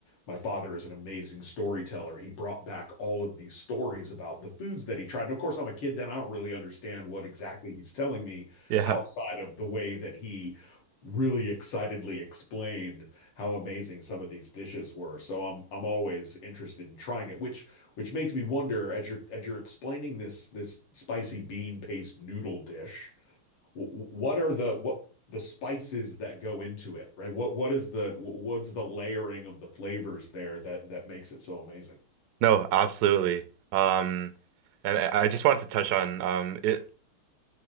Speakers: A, on the left (about 80°); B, on the right (about 70°).
A: my father is an amazing storyteller he brought back all of these stories about the foods that he tried and of course i'm a kid then i don't really understand what exactly he's telling me
B: Yeah.
A: outside of the way that he really excitedly explained how amazing some of these dishes were so i'm i'm always interested in trying it which which makes me wonder as you're as you're explaining this this spicy bean paste noodle dish what are the what the spices that go into it, right? What What's the what's the layering of the flavors there that that makes it so amazing?
B: No, absolutely. Um, and I I just wanted to touch on um it.